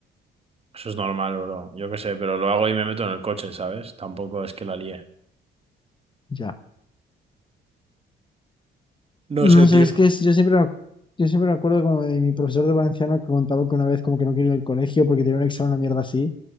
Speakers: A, on the right; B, on the left.
A: Eso es normal, bro. Yo qué sé, pero lo hago y me meto en el coche, ¿sabes? Tampoco es que la líe.
B: Ya.
A: No
B: No
A: sé,
B: sé,
A: tío.
B: es que es- yo siempre, me ac- yo siempre me acuerdo como de mi profesor de valenciano que contaba que una vez como que no quería ir al colegio porque tenía un examen, una mierda así.